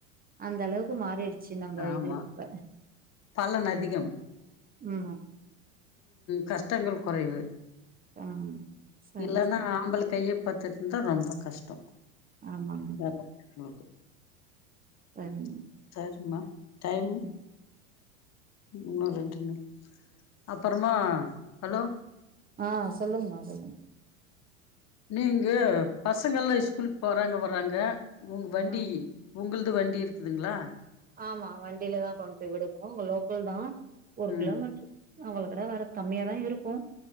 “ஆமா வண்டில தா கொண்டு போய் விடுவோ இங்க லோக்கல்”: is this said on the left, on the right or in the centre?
Right